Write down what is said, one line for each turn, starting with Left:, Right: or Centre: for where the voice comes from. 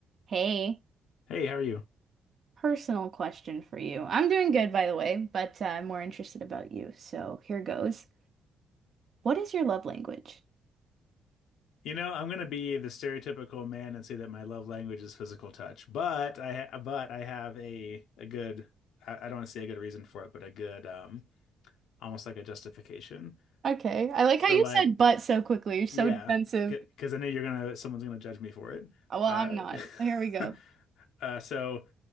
Right: Hey,
Left: Hey, how are you?
Right: personal question for you. I'm doing good, by the way, but uh, I'm more interested about you. So here goes. What is your love language?
Left: You know, I'm gonna be the stereotypical man and say that my love language is physical touch, but I ha but I have a a good I, I don't want to say a good reason for it, but a good um almost like a justification.
Right: Okay, I like
Left: So
Right: how you
Left: like,
Right: said but so quickly. You're so
Left: yeah,
Right: defensive.
Left: because I know you're gonna someone's gonna judge me for it.
Right: Oh, Well,
Left: Uh,
Right: I'm not. Here we go.
Left: <laughs> uh, so